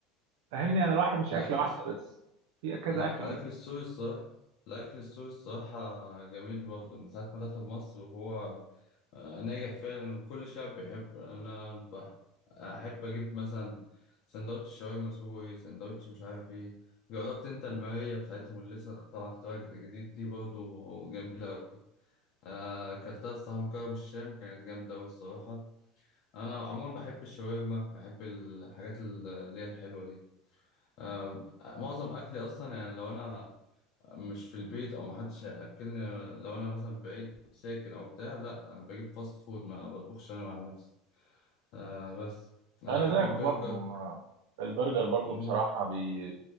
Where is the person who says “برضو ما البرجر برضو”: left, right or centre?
Right